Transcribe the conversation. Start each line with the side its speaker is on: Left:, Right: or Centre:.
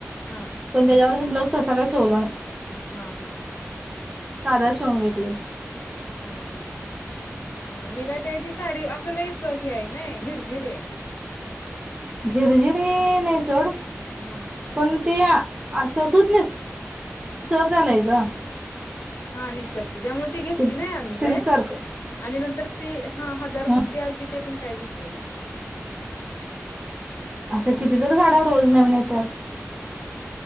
Left: हा
Right: पण त्याच्यावरच ब्लाऊज तसा काय शिवला नाही.
Left: हां हां.
Right: साधाच शिवून घेतलेलो.
Left: हां हां हां मी काय तेहतीस साडी असं लईच हे आहे नई, झिरझिर आहे.
Right: झिर-झिरे नाही सोड.
Left: हा.
Right: पण ते असं सुत नेसता येईना झालाय ग.
Left: हा निसरते त्यामुळे ती
Right: सिल्क
Left: घेतली नाही आम्ही
Right: सिल्क
Left: काय
Right: सारखं
Left: आणि न तर ती. हा हजार
Right: हम्
Left: बुट्टी आलती ते पण. काय घेतलो नाही.
Right: अशा किती तर साड्या रोज नवीन येत्यात.